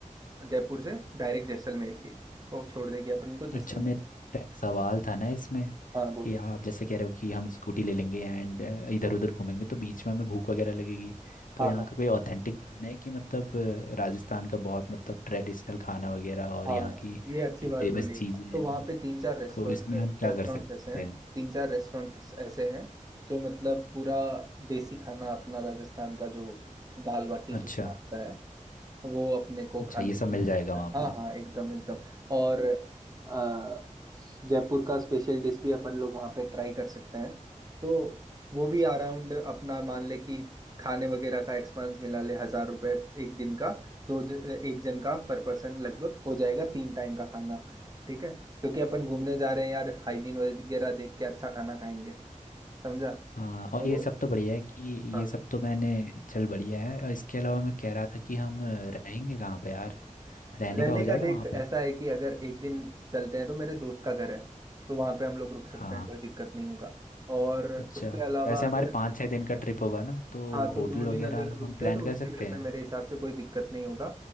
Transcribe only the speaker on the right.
जयपुर से डायरेक्ट जैसलमेर की वो छोड़ देगी अपन को जैसलमेर
हाँ बोल
हाँ
हाँ
हाँ
ये अच्छी
बात
बोली
तो वहाँ पे तीन चार रेस्टोरेंट
रेस्टोरेंट्स
ऐसे हैं
तीन चार रेस्टोरेंट्स ऐसे हैं जो मतलब पूरा देसी खाना अपना राजस्थान का जो दाल बाटी चूरमा
होता है वो अपने को
खाने
को
मिलता
है हाँ
हाँ एकदम एकदम और अ, जयपुर का स्पेशल डिश भी अपन लोग वहाँ पे ट्राई कर सकते हैं तो वो भी अराउंड अपना मान ले कि खाने वगैरह का एक्सपेंस मिला ले हजार रुपए एक दिन का दो ज, एक जन का पर पर्सन लगभग हो जाएगा तीन टाइम का खाना ठीक है क्योंकि अपन घूमने जा रहे हैं यार हाइजीन वगैरह देख के अच्छा खाना खाएंगे समझा
तो
हाँ
रहने
का देख
ऐसा है कि अगर एक दिन चलते हैं तो मेरे दोस्त का घर है तो वहां पे हम लोग रुक सकते
हैं कोई दिक्कत नहीं होगा और
उसके अलावा
अगर
हाँ तो
दो दिन
अगर रुकते
हैं तो
उसके
घर पे
मेरे हिसाब से कोई दिक्कत नहीं होगा